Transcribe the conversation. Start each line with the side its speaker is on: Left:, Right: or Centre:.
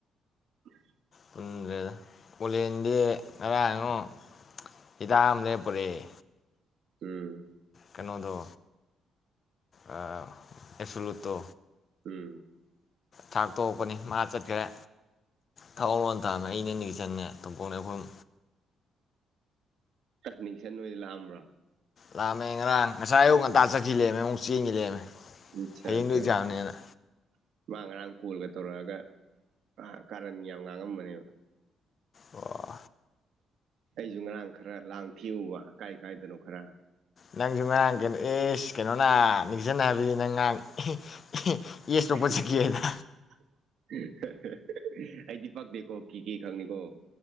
Right: <inaudible>
Left: ꯄꯨꯟꯗ꯭ꯔꯦꯗ ꯀꯣꯂꯦꯟꯗꯤ ꯉꯔꯥꯡꯉꯣ ꯍꯤꯗꯥꯛ ꯑꯃ ꯂꯦꯞ ꯄꯨꯔꯛꯑꯦ
Right: ꯎꯝ
Left: ꯀꯩꯅꯣꯗꯣ ꯑꯥ ꯑꯦꯞꯁꯨꯂꯨꯠꯇꯣ
Right: ꯎꯝ
Left: ꯊꯥꯛ ꯇꯣꯛꯄꯅꯤ ꯃꯥ ꯆꯠꯈ꯭ꯔꯦ ꯊꯛꯑꯣꯅ ꯊꯃꯝꯃꯦ ꯑꯩꯅꯦ ꯅꯤꯒꯤꯆꯟꯅꯦ ꯇꯣꯝꯄꯣꯛꯅꯦ ꯑꯩꯈꯣꯍꯨꯝ
Right: ꯅꯤꯛꯀꯤꯁꯟ ꯑꯣꯏꯗꯤ ꯂꯥꯛꯑꯝꯕ꯭ꯔꯥ
Left: ꯂꯥꯛꯑꯃꯦ ꯉꯔꯥꯡ ꯉꯁꯥꯏ ꯑꯌꯨꯛ ꯉꯟꯇꯥ ꯆꯠꯈꯤ ꯂꯩꯃꯦ ꯑꯃꯨꯛ ꯆꯦꯟꯒꯤ ꯂꯩꯔꯝꯃꯦ
Right: <unintelligible>
Left: ꯍꯌꯦꯡꯗꯣ ꯑꯦꯛꯖꯥꯝꯅꯦꯅ
Right: ꯃꯥ ꯉꯔꯥꯡ ꯀꯣꯜꯒ ꯇꯧꯔꯛꯑꯒ ꯑ ꯀꯥꯔꯟ ꯌꯥꯝ ꯉꯥꯡꯉꯝꯕꯅꯦꯕ
Left: ꯑꯣ
Right: ꯑꯩꯁꯨ ꯉꯔꯥꯡ ꯈꯔ ꯂꯥꯡ ꯊꯦꯛꯎꯕ ꯀꯥꯏ ꯀꯥꯏꯗꯅꯣ ꯈꯔ
Left: ꯅꯪꯖꯨ ꯉꯔꯥꯡ ꯑꯦꯁ ꯀꯩꯅꯣꯅ ꯅꯤꯀꯤꯁꯟꯅ ꯍꯥꯏꯕꯗꯤ ꯅꯪ ꯉꯔꯥꯡ <unintelligible>
Right: <unintelligible> <unintelligible>
Left: ꯆꯠꯈꯤ ꯍꯥꯏꯗ
Right: ꯑꯩꯗꯤ ꯄꯛꯇꯦꯀꯣ ꯀꯦ ꯀꯦ ꯈꯪꯅꯤꯀꯣ